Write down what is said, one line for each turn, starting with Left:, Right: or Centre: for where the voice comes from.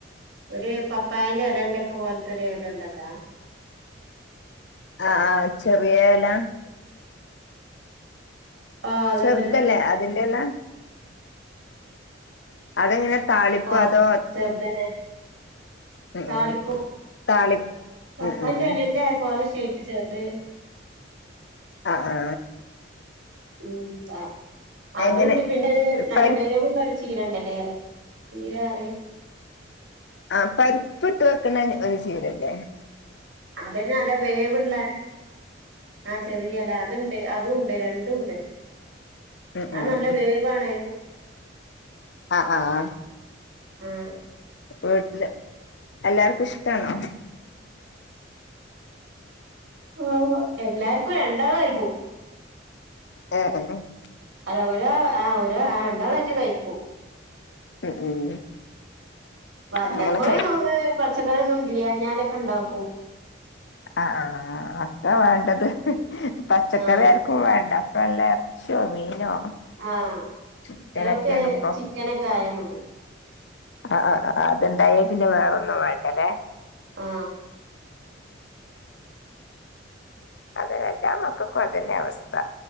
Right: ഒരു പപ്പായേന്റെ ഇലന്റെക്കെ പോലത്തൊരു ഇലണ്ടല്ലാ
Left: ആഹ് ആഹ് ചെറിയേല
Right: ആഹ് അതന്നെ
Left: ചെറുതല്ലേ അതിൽ എന്ന അതെങ്ങനെ താളിപ്പോ
Right: ഓ
Left: അതോ
Right: ചെർതന്നെ
Left: ഉം
Right: താളിക്കും
Left: ഉം താളി
Right: കപ്പലി
Left: ഉം ഉം
Right: ണ്ടി <unintelligible> പോലിശ് <unintelligible>
Left: ആ ആ
Right: ഉം എ അതുണ്ട്
Left: എങ്ങനെ
Right: പിന്നെ നല്ല
Left: പരി
Right: വേവുള്ള ചീരണ്ടല്ലേറെ ചീര റി
Left: ആ പരിപ്പ് ഇട്ട് വെക്കണേ <unintelligible> ചീരല്ലാ
Right: അതന്നെ അല്ല വേവുള്ള ആ ചെറിയല അത്ണ്ട് അ രണ്ടും ഉണ്ട്
Left: ഉം
Right: ആ
Left: ഉം
Right: നല്ല വേവാണ്
Left: ആ ആ ആ
Right: ഉം
Left: വീട്ടില് എല്ലാർക്കും ഇഷ്ടാണോ
Right: <unintelligible> എല്ലാർക്കും രണ്ട് <unintelligible> കയിക്കും
Left: <unintelligible>
Right: അല്ല ഒരാ ആ ഒരാ രണ്ടാളായിട്ട് കഴിക്കും
Left: ഉം ഉം
Right: വല്ലപ്പോഴ്
Left: അങ്ങനെ കഴി
Right: പച്ചക്കറിയൊന്നും ഉണ്ട് ല്ല്യനല് ക്കഇണ്ടാക്കൂ
Left: ആ ആ ആർക്കാ വേണ്ടത് പച്ചക്കറി
Right: ആ
Left: ആർക്കും വേണ്ട ല്ല എറച്ചിയോ മീനോ
Right: ആഹ കുട്ട്യേൾക്ക്
Left: അങ്ങനൊക്കെയാണ് ഇപ്പൊ
Right: ചിക്കനൊക്കെ ആയാ മതി.
Left: ആ ആ അത്ണ്ടായ പിന്നെ വേറൊന്നും വേണ്ടല്ലേ
Right: ആ
Left: അതെ എല്ലാ മക്കൾക്കും അതന്നെ അവസ്ഥ